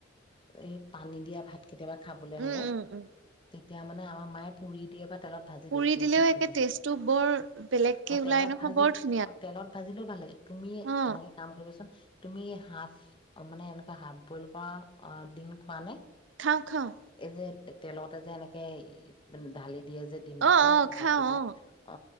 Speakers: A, on the left (about 25°); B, on the right (about 70°).
A: এই পানী দিয়া ভাত কেতিয়াবা খাবলৈ
B: উম,
A: হলে
B: উম, উম,
A: তেতিয়া মানে আমাৰ মায়ে পুৰি দিয়ে বা তেলত ভাজি দিয়ে
B: পুৰি
A: বহুত
B: দিলেও একে
A: ধুনীয়া
B: টেষ্টটো বৰ বেলেগকে
A: অ তেলত
B: ওলাই নহয়,
A: ভাজি
B: বৰ ধ
A: তেলত ভাজিলেও ভাল লাগে। তুমি
B: অ',
A: এনেকে কাম কৰিবাচোন তুমি হাফ মানে এনেকুৱা হাফ বইল কৰা ডিম খোৱা নে?
B: খাওঁ খাওঁ
A: এই যে তেলতে যে এনে ঢালি দিয়ে যে ডিমটোতে
B: অ অ খাওঁ
A: বাকী
B: অ
A: পেলাই, অ